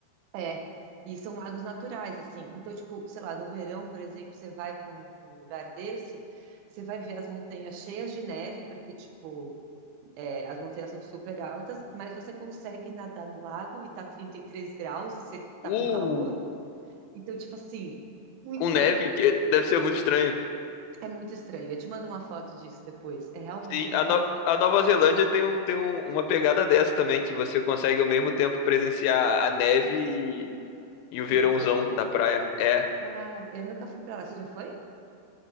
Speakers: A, on the right (about 80°); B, on the left (about 80°).
A: É, E são lagos naturais, assim. Então, tipo, sei lá, no verão, por exemplo, você vai para um um lugar desse, você vai ver as montanhas cheias de neve, porque, tipo, é, as montanhas são super altas, mas você consegue nadar no lago e tá 33 graus e você tá
B: Uh,
A: com calor. Então, tipo assim, muito
B: com neve,
A: louco.
B: que é- deve ser muito estranho.
A: É muito estranho. Eu te mando uma foto disso depois. É realmente
B: Sim,
A: muito
B: a, No-
A: legal.
B: a Nova Zelândia tem, um, tem um- uma pegada dessa também, que você consegue ao mesmo tempo presenciar a neve e, e o verãozão
A: E calor.
B: da praia. É.
A: Ah, eu nunca fui pra lá. Você já foi?